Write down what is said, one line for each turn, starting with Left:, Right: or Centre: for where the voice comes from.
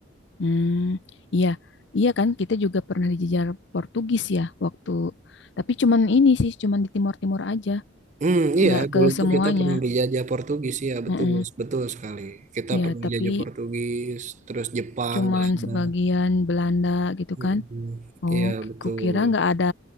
Left: Hmm, iya, iya kan kita juga pernah dijejar Portugis ya waktu. Tapi cuman ini sih, cuman di Timur-Timur aja.
Right: Hmm, iya,
Left: nggak ke
Right: dulu
Left: semuanya.
Right: tuh kita pernah dijajah Portugis, ya betul,
Left: Heeh.
Right: betul sekali. Kita
Left: Ya,
Right: pernah
Left: tapi
Right: dijajah Portugis, terus Jepang,
Left: cuman
Right: Belanda.
Left: sebagian Belanda gitu
Right: Hmm,
Left: kan. Oh,
Right: iya
Left: ki-
Right: betul.
Left: kukira nggak ada